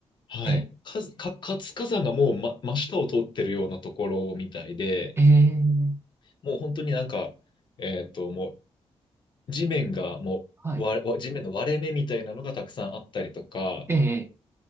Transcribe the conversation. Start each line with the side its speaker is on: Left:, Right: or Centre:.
Left: はい。
Right: ええ。
Left: か、か、活火山がもう、ま、真下を通ってるようなところみたいで、
Right: ええ。
Left: もう本当になんか、えっと、もう地面がもう、
Right: はい。
Left: わ、わ地面の割れ目みたいなのがたくさんあったりとか、
Right: ええ。